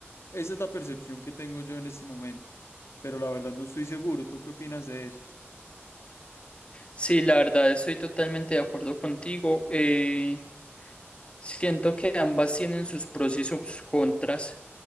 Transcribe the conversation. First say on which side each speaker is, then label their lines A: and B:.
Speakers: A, on the left; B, on the left.
A: Esa es la percepción que tengo yo en este momento, pero la verdad no estoy seguro. ¿Tú qué opinas de eso?
B: Sí, la verdad estoy totalmente de acuerdo contigo. Eh, siento que ambas tienen sus pros y sus contras.